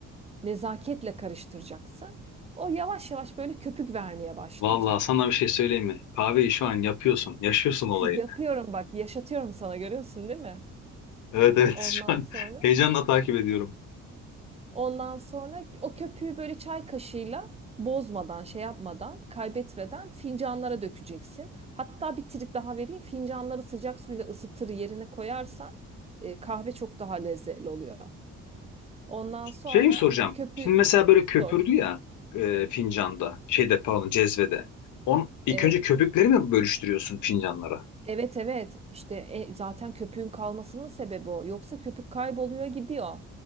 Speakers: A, on the right; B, on the left.
A: Nezaketle karıştıracaksın. O yavaş yavaş böyle köpük vermeye başlayacak.
B: Vallahi sana bir şey söyleyeyim mi? Kahveyi şu an yapıyorsun. Yaşıyorsun olayı.
A: <laughs> Yapıyorum bak, yaşatıyorum sana görüyorsun değil mi?
B: Evet evet
A: Ondan
B: <laughs> şu an
A: sonra.
B: heyecanla takip ediyorum.
A: Ondan sonra o köpüğü böyle çay kaşığıyla bozmadan, şey yapmadan, kaybetmeden fincanlara dökeceksin. Hatta bir trik daha vereyim. Fincanları sıcak suyla ısıtır yerine koyarsan e, kahve çok daha lezzetli oluyor. Ondan sonra
B: Şey soracağım.
A: köpüğü
B: Şimdi mesela böyle köpürdü
A: sor.
B: ya e, fincanda, şeyde pardon cezvede. On, ilk
A: Evet.
B: önce köpükleri mi bölüştürüyorsun fincanlara?
A: Evet evet işte e, zaten köpüğün kalmasının sebebi o. Yoksa köpük kayboluyor gidiyor.